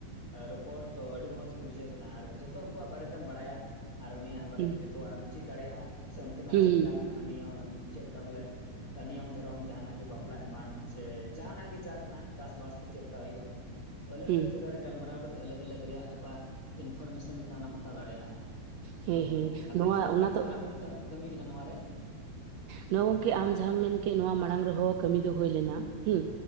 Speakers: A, on the left; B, on the right.
A: ᱟᱻ ᱨᱚᱯᱚᱲ ᱛᱚ ᱟᱹᱰᱤ ᱢᱚᱸᱡᱽ ᱜᱮ ᱵᱩᱡᱷᱟᱹᱜ ᱠᱟᱱᱟ ᱟᱨ ᱡᱚᱛᱚ ᱩᱝᱠᱩᱣᱟᱜ ᱵᱟᱨᱮ ᱛᱮᱢ ᱵᱟᱲᱟᱭᱟ ᱟᱨ ᱩᱱᱤᱭᱟᱜ ᱵᱟᱨᱮ
B: ᱦᱩᱸ
A: ᱛᱮ ᱡᱚᱛᱚᱣᱟᱜ-ᱮᱢ ᱪᱮᱫ ᱫᱟᱲᱮᱭᱟᱜ-ᱟ ᱥᱮ ᱚᱱᱛᱮ ᱱᱟᱜ
B: ᱦᱩᱸ
A: ᱪᱮᱫ
B: ᱦᱩᱸ ᱦᱩᱸ
A: ᱞᱮᱠᱟ ᱱᱟᱜ ᱠᱟᱱᱟ ᱱᱤᱭᱚ ᱪᱮᱫ ᱞᱮᱠᱟ ᱵᱚᱞᱮ ᱮ ᱱᱤᱭᱚᱢ ᱫᱷᱚᱨᱚᱢ ᱡᱟᱸᱦᱟᱱᱟᱜ ᱜᱮ ᱵᱟᱯᱞᱟ ᱮᱢᱟᱱ ᱥᱮ ᱡᱟᱸᱦᱟᱱᱟᱜ ᱜᱮ ᱡᱟ ᱠᱟᱱᱟ᱾ ᱪᱟᱥᱼᱵᱟᱥ ᱠᱚ ᱪᱮᱫ ᱞᱮᱠᱟ ᱦᱩᱭᱩᱜ-ᱟ? ᱟᱞᱟᱜᱽ
B: ᱦᱩᱸ
A: ᱟᱞᱟᱜᱽ ᱡᱟᱜᱟ ᱨᱮ ᱜᱟᱞᱢᱟᱨᱟᱣ ᱠᱟᱛᱮᱜ ᱟᱞᱟᱜᱽ ᱟᱞᱟᱜᱽ ᱨᱮᱭᱟᱜ ᱚᱠᱟ ᱤᱱᱯᱷᱚᱨᱢᱮᱥᱚᱱ ᱠᱟᱱᱟ ᱚᱱᱟᱢ ᱦᱟᱛᱟᱣ ᱫᱟᱲᱮᱭᱟᱜ-ᱟ᱾
B: ᱦᱮᱸ
A: ᱛᱚ
B: ᱦᱮᱸ
A: ᱟᱵᱮᱱ
B: ᱱᱚᱣᱟ ᱚᱱᱟ
A: ᱛᱤᱱ
B: ᱫᱚ
A: ᱠᱷᱚᱱᱟᱜ ᱵᱮᱱ ᱠᱟᱹᱢ ᱠᱟᱹᱢᱤ ᱠᱟᱱᱟ ᱱᱚᱣᱟ ᱨᱮ?
B: ᱦᱚᱸ ᱜᱚᱝᱠᱮ ᱟᱢ ᱡᱟᱦᱟᱸᱢ ᱢᱮᱱᱬᱠᱮᱜ ᱱᱚᱣᱟ ᱢᱟᱲᱟᱝ ᱨᱮᱦᱚᱸ ᱠᱟᱹᱢᱤ ᱫᱚ ᱦᱩᱭ ᱞᱮᱱᱟ ᱦᱩᱸ